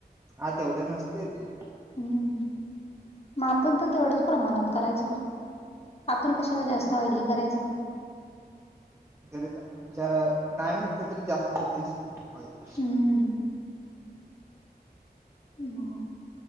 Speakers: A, on the right (about 15°); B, on the left (about 35°).
A: हा तेवढं नसते ते
B: हम्म मग आपण पण तेवढंच प्रमाणात करायचं आपण कशाला जास्त ऑइली करायचं
A: नाही म्हटलं तर जास्त होतेच ओईली
B: हम्म मग